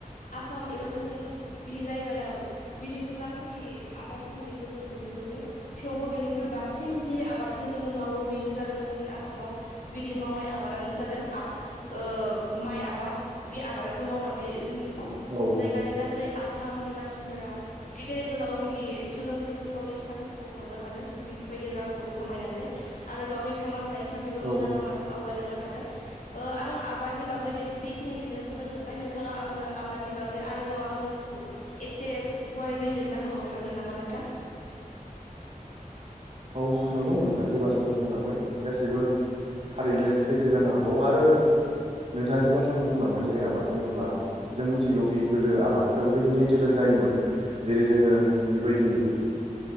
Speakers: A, on the left; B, on the right.
A: आसाम एबा जोंनि बिदि जायगायाव बिदि गोबां बिदि आबाद खामनाय खो जों नुनो मोनो। थेवबो बिनिख्रुइ बांसिन जि आबादखौ जोङो मावो बेनो जादों जोंनि आसामाव बिदि मावनाय आबादानो जादों आ ओ माइ आबाद बे आबादखौ मावनानै जोंनि
B: औ
A: जायगानि गासै आसामनि मानसिफोरा गिदिर गोलाव बिदि सोलों जों गावनि फिसाफोरखौबो हरनो हादों बिफोरबायदि रांखावरि खामायनानै आरो गावनि थांना थानायनि था बेबो
B: औ
A: मोजां लामासिम आवगायलांनो हादों। ओ आं आबादनि बागै बे‌स बेखिनिखोनो बुंनो सानबाय नोंथाङा आंनो आबादनि बा गै आरोबाव आंनो एसे गुवारै बिजिरना होबावनो हागोन नामा नोंथां?
B: औ नंगौ नोंथाङा जि बाथ्राफोर बुंलांबाय गासैबो थारैनो सैथो जानो हागौ आरो नोंथाङा जि बाथ्राफोर बुंलांबाय जेरै आबाद बुङोबा जों मिथिगौदि गोदो आबादफोरा बेबायदि नेचेरेल जायोमोन जेरै
A: औ
B: जोङो बेबायदि